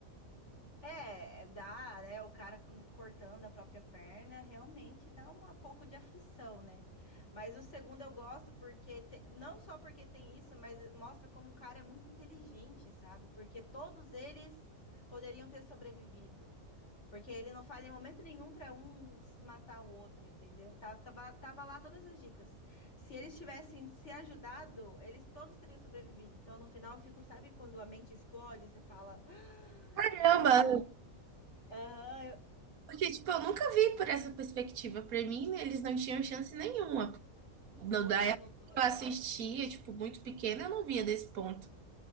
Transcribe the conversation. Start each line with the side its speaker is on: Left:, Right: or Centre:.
Left: É, é, dá, né? O cara cortando a própria perna realmente dá um pouco de aflição, né? Mas o segundo eu gosto porque te- não só porque tem isso, mas mostra como o cara é muito inteligente, sabe? Porque todos eles poderiam ter sobrevivido. Porque ele não fala em momento nenhum para um se matar o outro, entendeu? Tá- Tava, tava lá todas as dicas. Se eles tivessem se ajudado, eles todos teriam sobrevivido. Então, no final, eu fico, sabe quando a mente explode, você fala, "Ah,
Right: Caramba,
Left: caralho, aham, eu-
Right: Porque, tipo, eu nunca vi por essa perspectiva. Pra mim, eles não tinham chance nenhuma. No-
Left: pois
Right: Da época
Left: no do...
Right: que eu assistia, tipo, muito pequena, eu não via desse ponto.